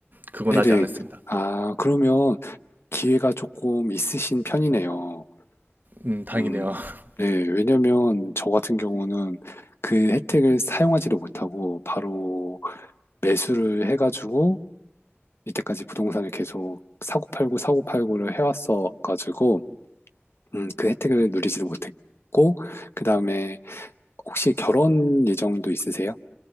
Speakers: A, on the right; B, on the left.
A: 그건
B: 네
A: 아직
B: 네.
A: 안 했습니다.
B: 아, 그러면 기회가 조금 있으신 편이네요.
A: 음, 다행이네요.
B: 음,
A: <laughs>
B: 네. 왜냐면 저 같은 경우는 그 혜택을 사용하지를 못하고 바로 매수를 해가지고 이때까지 부동산을 계속 사고 팔고 사고 팔고를 해왔어가지고 음, 그 혜택을 누리지도 못했고 그 다음에 혹시 결혼 예정도 있으세요?